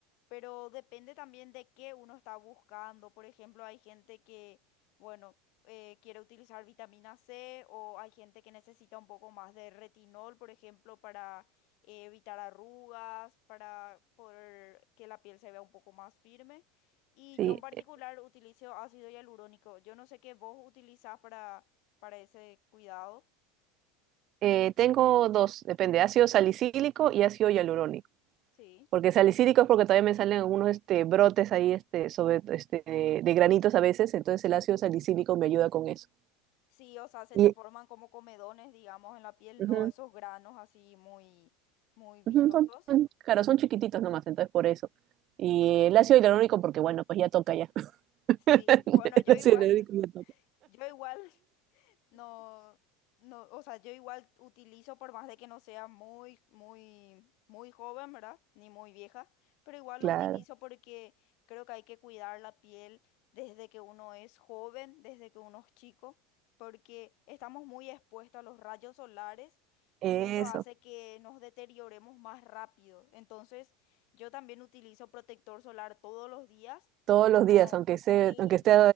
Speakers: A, on the left (about 60°); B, on the right (about 45°).
A: Pero depende también de qué uno está buscando. Por ejemplo, hay gente que, bueno, eh, quiere utilizar vitamina C o hay gente que necesita un poco más de retinol, por ejemplo, para eh, evitar arrugas, para poder que la piel se vea un poco más firme. Y
B: sí.
A: yo en particular
B: Eh,
A: utilizo ácido hialurónico. Yo no sé qué vos utilizás para para ese cuidado.
B: eh, tengo dos, depende, ácido salicílico y ácido hialurónico.
A: Sí.
B: Porque salicílico es porque todavía me salen algunos este, brotes ahí este, sobre, este, de, de granitos a veces, entonces el ácido salicílico me ayuda con eso.
A: Sí, o sea, se
B: Y,
A: te forman como comedones, digamos, en la piel,
B: ujú,
A: no esos granos así muy, muy vistosos.
B: ujú, son- son- claro, son chiquititos nomás, entonces por eso. Y el ácido hialurónico porque, bueno, pues ya toca ya.
A: Sí,
B: <laughs>
A: bueno,
B: El
A: yo
B: ácido
A: igual,
B: hialurónico me
A: <laughs>
B: toca.
A: yo igual No, no, o sea, yo igual utilizo por más de que no sea muy, muy, muy joven, ¿verdad? Ni muy vieja, pero igual
B: Claro,
A: lo utilizo porque creo que hay que cuidar la piel desde que uno es joven, desde que uno es chico, porque estamos muy expuestos a los rayos solares
B: eso.
A: y eso hace que nos deterioremos más rápido. Entonces, yo también utilizo protector solar todos los días,
B: todos
A: como,
B: los días, aunque
A: sí.
B: sea, aunque esté